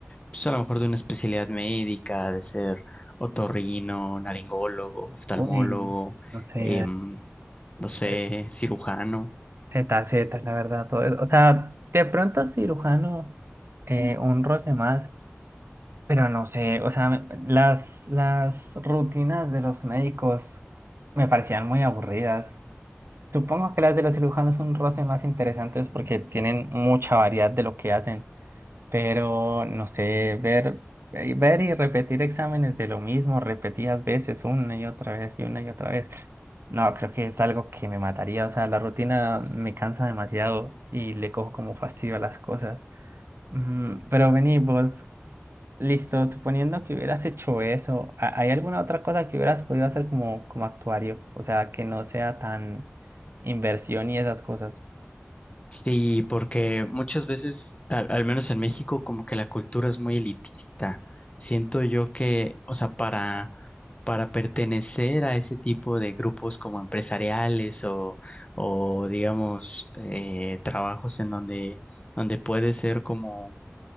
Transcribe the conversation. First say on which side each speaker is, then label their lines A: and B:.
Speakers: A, on the left (about 25°); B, on the right (about 55°).
A: pues a lo mejor de una especialidad médica, de ser otorrino, naringólogo, oftalmólogo,
B: Uy, no sé,
A: em, no sé,
B: eh,
A: cirujano.
B: Z, Z, la verdad, todo eso. O sea, de pronto cirujano, eh, un roce más, pero no sé, o sea, las, las rutinas de los médicos me parecían muy aburridas. Supongo que las de los cirujanos son roces más interesantes porque tienen mucha variedad de lo que hacen, pero no sé, ver, eh, ver y repetir exámenes de lo mismo repetidas veces, una y otra vez y una y otra vez. No, creo que es algo que me mataría, o sea, la rutina me cansa demasiado y le cojo como fastidio a las cosas. Mm, pero vení, vos, Listo, suponiendo que hubieras hecho eso, ¿ha- ¿hay alguna otra cosa que hubieras podido hacer como, como actuario? O sea, que no sea tan inversión y esas cosas.
A: Sí, porque muchas veces, al, al menos en México, como que la cultura es muy elitista. Siento yo que, o sea, para, para pertenecer a ese tipo de grupos como empresariales o, o digamos, eh, trabajos en donde, donde puede ser como